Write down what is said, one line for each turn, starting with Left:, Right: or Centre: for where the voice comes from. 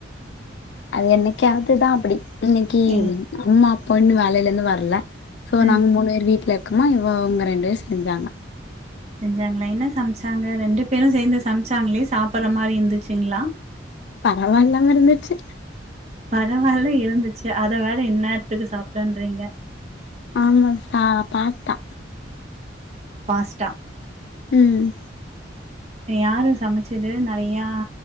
Left: அது என்னைக்காவதுதா அப்டி இன்னைக்கி
Right: ஏ
Left: ம் அம்மா அப்பா இன்னு வேலேல இருந்து வரல சோ நாங்க
Right: ம்
Left: மூணு பேரு வீட்ல இருக்கோமா இவ அவுங்க ரெண்டு பேரு செஞ்சாங்க
Right: செஞ்சாங்ளா என்ன சம்ச்சாங்க ரெண்டு பேரு சேந்து சம்ச்சாங்ளேஸ் சாப்பற மாரி இந்துச்சுங்ளா
Left: பரவால்லாம இருந்துச்சு
Right: பரவால்ல இருந்துச்சு அத வேற இந்நேரத்துக்கு சாப்ட்டன்றீங்க
Left: ஆமா சா பாஸ்தா
Right: பாஸ்ட்டா
Left: ம்
Right: யாரு சமச்சது நறையா